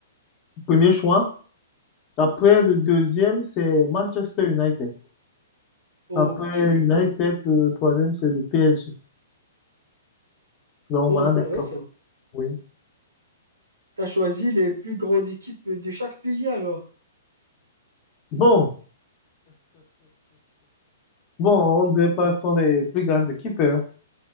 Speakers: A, on the left; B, on the right.
A: premier choix. Après, le deuxième, c'est Manchester United.
B: ok.
A: Après United, le troisième, c'est le PSG. Donc,
B: Oh,
A: voilà
B: intéressant.
A: mes clubs. Oui.
B: T'as choisi les plus grandes équipes de chaque pays alors?
A: Bon, bon, on ne dirait pas ce sont les plus grandes équipes. hein.